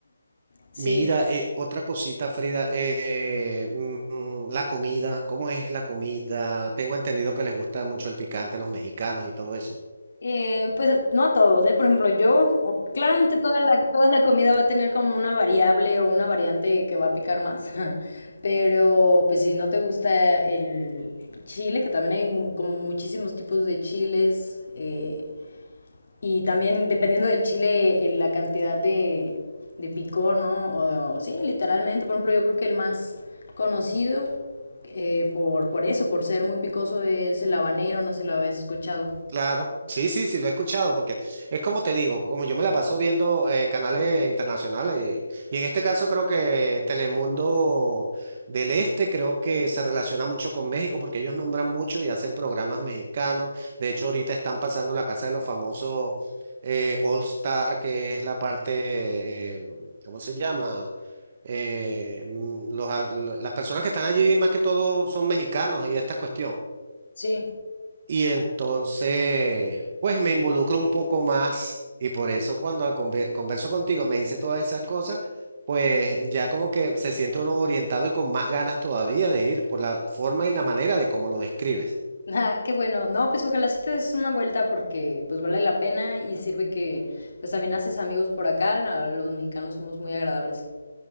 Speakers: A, on the left; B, on the right.
A: Sí.
B: Mira, eh, otra cosita, Frida, eh, mm, mm, la comida, ¿cómo es la comida? Tengo entendido que les gusta mucho el picante a los mexicanos y todo eso.
A: Eh, pues no a todos, ¿eh? Por ejemplo, yo, o- claramente toda la, toda la comida va a tener como una variable o una variante que va a picar más, <laughs> pero pues si no te gusta el chile, que también hay mu- como muchísimos tipos de chiles, eh, y también dependiendo del chile, eh, la cantidad de, de picor, ¿no? O, sí, literalmente, por ejemplo, yo creo que el más conocido eh, por, por eso, por ser muy picoso, es el habanero, no sé si lo habéis escuchado.
B: Claro, sí, sí, sí, lo he escuchado, porque es como te digo, como yo me la paso viendo eh, canales internacionales, y, y en este caso creo que Telemundo del Este creo que se relaciona mucho con México, porque ellos nombran mucho y hacen programas mexicanos. De hecho, ahorita están pasando la Casa de los Famosos eh, All Star, que es la parte, eh, ¿cómo se llama? Eh, mm, los, a- las personas que están allí más que todo son mexicanos y esta cuestión.
A: Sí.
B: Y entonces, pues me involucro un poco más y por eso cuando al conver- converso contigo me dice todas esas cosas, pues ya como que se siente uno orientado y con más ganas todavía de ir por la forma y la manera de cómo lo describes.
A: Ah, qué bueno. No, pues ojalá sí te des una vuelta porque pues vale la pena y sirve que pues también haces amigos por acá. la- Los mexicanos somos muy agradables.